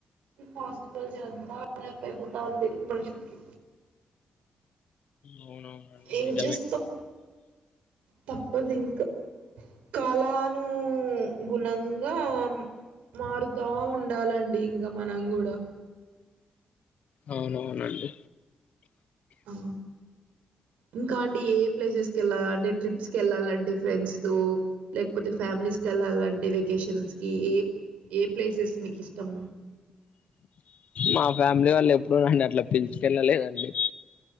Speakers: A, on the right; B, on the left.
A: హాస్పిటల్ <unintelligible> అయిపోతావుంది మనుషులకి
B: అవునవునండి
A: ఏం
B: నిజమే
A: చేస్తాం తప్పదు ఇంక కాలానూ గుణంగా మారుతా ఉండాలండి ఇంగ మనం కూడా
B: అవునవునండి
A: ఆ ఇంకా అండి ఏ ఏ ప్లేసెస్ కెళ్ళాలండి అంటే ట్రిప్స్ వెళ్లాలంటే ఫ్రెండ్స్ తో లేకపోతే ఫ్యామిలీస్ కెళ్లాలంటే వేకషన్స్ కి ఏ ఏ ప్లేసెస్ మీకిష్టం
B: మా ఫ్యామిలీ వాళ్ళు ఎప్పుడు నన్ను అట్ల పిల్చుకెళ్ళలేదండి